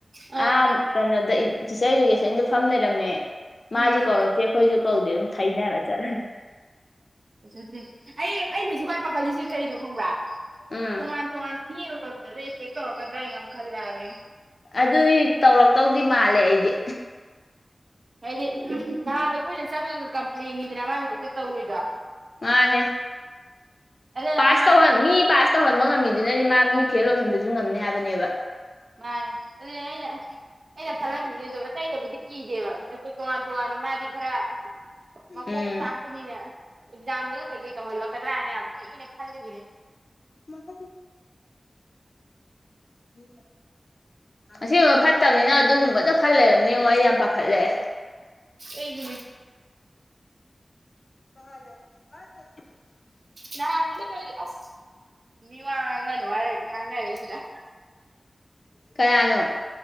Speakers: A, on the right (about 70°); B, on the left (about 65°).
A: ꯑꯥ
B: ꯑ ꯀꯩꯅꯗꯒꯦꯁ ꯐꯝꯅꯔꯃꯦ ꯃꯥꯁꯨꯨ
A: ꯎꯝ
B: ꯀꯧꯣ ꯊꯈꯣꯏꯁꯨ ꯀꯧꯗꯦ ꯈꯥꯏꯅꯔꯦ ꯆꯠ
A: ꯐꯖꯗ꯭ꯔꯦ ꯑꯩ ꯑꯩꯅ ꯍꯧꯖꯤꯛ ꯋꯥꯏ ꯄꯥꯈꯠꯜꯂꯤꯁꯦ ꯀꯔꯤꯩꯅꯣ ꯈꯪꯕ꯭ꯔꯥ
B: ꯎꯝ
A: ꯊꯉ ꯊꯋꯥ ꯍꯝꯗꯗꯦꯀꯒꯗ꯭ꯔ ꯌꯥꯝ ꯈꯜ ꯌꯥꯕꯦ
B: ꯑꯗꯨꯗ ꯇꯧ ꯇꯧꯗꯤ ꯃꯥꯜꯂꯦ ꯑꯩꯗꯤ
A: ꯍꯥꯏꯗꯤ ꯅꯍꯥꯟꯗꯣ ꯑꯩꯈꯣꯏꯅ ꯆꯪꯉꯒ ꯀꯝꯄ꯭ꯂꯦꯟꯅꯤꯗꯅ ꯃꯥꯏ ꯃꯊꯛꯇ ꯇꯧꯔꯨꯏꯗꯣ
B: ꯃꯥꯅꯦ
A: ꯑꯗꯨꯅ
B: ꯄꯥꯁ
A: ꯃꯥ
B: ꯇ ꯍ ꯃꯤ ꯄꯥꯁ ꯇꯧꯍꯟꯕ ꯉꯝꯃꯤꯗꯨꯅꯗꯤ ꯃꯥ ꯃꯤ ꯐꯦꯜ ꯑꯣꯏꯍꯟꯕꯁꯨ ꯉꯝꯅꯤ ꯍꯥꯏꯕꯅꯦꯕ
A: ꯃꯥꯅꯦ ꯑꯗꯨꯩꯅ ꯑꯩꯅ ꯈꯜꯥꯏꯗꯕꯨ ꯀꯅꯦꯦꯕꯁꯦ ꯇꯣꯉꯟ ꯇꯣꯋꯥꯅ ꯃꯗꯤ ꯈꯔ ꯃ
B: ꯎꯝ
A: ꯀ ꯆꯀꯅꯤꯅ ꯑꯦꯖꯥꯝꯗ ꯂ ꯍꯜꯂꯛꯀꯗ꯭ꯔꯥꯅꯦ ꯌꯥꯝ ꯏꯅꯦ ꯈꯜꯜꯂꯤ
B: ꯃꯈ ꯃꯤ ꯑꯁꯤꯒꯨꯝꯕ ꯐꯠꯇꯕꯅꯤꯅ ꯑꯗꯨꯒꯨꯝꯕꯗ ꯈꯜꯂꯕ ꯌꯦꯡꯉꯣ ꯑꯩ ꯌꯥꯝ ꯄꯥꯈꯠꯂꯛꯑꯦ
A: ꯑꯩꯁꯨꯅꯦ
B: ꯍꯅꯦ ꯃꯥꯅꯦ
A: ꯅꯂꯗꯤ ꯑꯁ ꯃꯤ ꯋꯥ ꯉꯥꯡꯅꯅꯨ ꯋꯥꯔ ꯉꯥꯡꯅꯔꯦꯁꯤꯗ
B: ꯀꯌꯥꯅꯣ